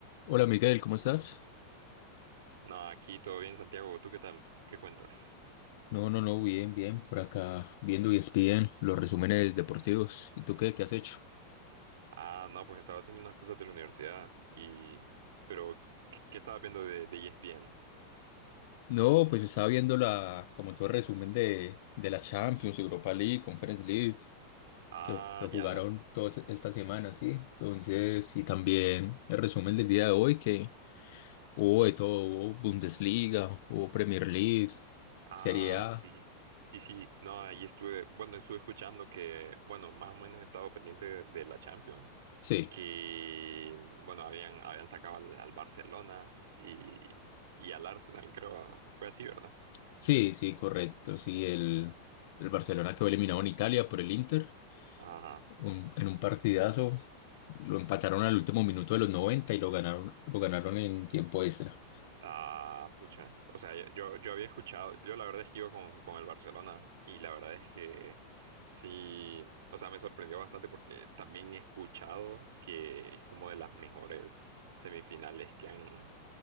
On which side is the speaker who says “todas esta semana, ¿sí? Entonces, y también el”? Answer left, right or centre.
Left